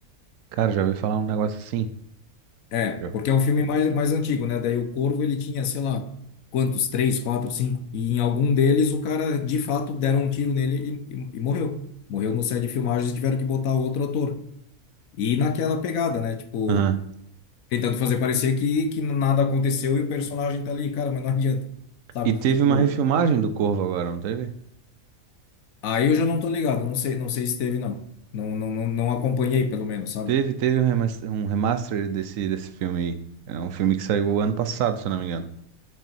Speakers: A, on the right; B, on the left.
A: Cara, já ouvi falar um negócio assim.
B: É,
A: Já.
B: porque é um filme mais, mais antigo, né? Daí o Corvo ele tinha, sei lá, quantos? Três, quatro, cinco. E em algum deles o cara de fato deram um tiro nele e, e, e morreu. Morreu no set de filmagens e tiveram que botar outro ator. E naquela pegada, né? Tipo.
A: Aham.
B: tentando fazer parecer que, que nada aconteceu e o personagem tá ali, cara, mas não adianta, sabe?
A: E teve
B: Tipo,
A: uma refilmagem do Corvo agora, não teve?
B: aí eu já não tô ligado, não sei, não sei se teve, não. Não, não, não, não acompanhei, pelo menos, sabe?
A: Teve, teve um remaster, um remaster desse, desse filme aí. É um filme que saiu ano passado, se eu não me engano.